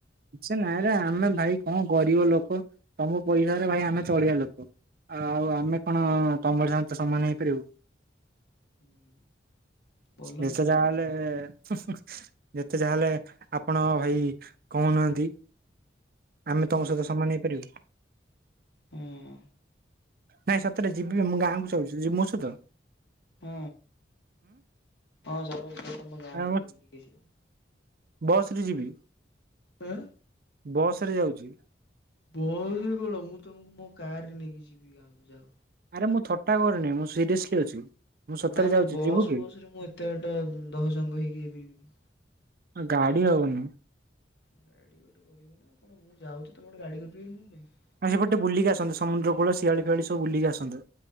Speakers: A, on the right; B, on the left.
A: ସେ ନାଁରେ ଆମେ ଭାଇ କଣ ଗରିବ ଲୋକ ତମ ପଇସାରେ ଭାଇ ଆମେ ଚଳିବା ଲୋକ। ଆଉ ଆମେ କଣ ତମ ଭଳିଆଙ୍କ ସହ ସମାନ ହେଇପାରିବୁ।
B: <inaudible> ଭଲ
A: ଯେତେ
B: ମିଛ
A: ଯାହା
B: କଥା
A: ହେଲେ ହୁଁ ହୁଁ ଯେତେ ଯାହା ହେଲେ ଆପଣ ଭାଇ କହୁନାହାନ୍ତି। ଆମେ
B: ହଁ
A: ତମ ସହିତ ସମାନ ହେଇପାରିବୁ।
B: ଉଁ
A: ନାଇଁ ସତରେ ଯିବି ମୁଁ ଗାଁ କୁ ସ ଯିବ ମୁଁ ସତ।
B: ହୁଁ ହଁ ଚାଲ ଯିବା ତମ ଗାଁକୁୁ
A: ଆଉ
B: ଟିକେ ବୁଲିକିଆସିବା।
A: ବସ ରେ ଯିବି।
B: ଏଁ
A: ବସ ରେ ଯାଉଚି।
B: ବସ୍ ରେ କଣ ମୁଁ ତମକୁ ମୋ କାର ରେ ନେଇକି ଯିବି ଗାଁକୁ ଯାଅ।
A: ଆରେ ମୁଁ ଥଟା କରୁନି ମୁଁ ସିରିଏସଲି ଅଛି। ମୁଁ ସତରେ
B: ନା ନା
A: ଯାଉଛି
B: ବସ୍
A: ଯିବୁ କି?
B: ଫସ ରେ ମୁଁ ଏତେ ବାଟ ଦହଜଙ୍ଗ ହେଇକି ଯାଇପାରିବିନି।
A: ଗାଡି ହବନି ମ।
B: ମୁଁ ଯାଉଛି ତମେ ଗୋଟେ ଗାଡ଼ି କରିପିବନି ମୋ ପାଇଁ।
A: ଆ ସେପଟେ ବୁିଲିକି ଆସନ୍ତେ ସମୁଦ୍ର କୂଳ ଶିଆଳି ଫିଆଳି ସବୁ ବୁଲିକି ଆସନ୍ତେ।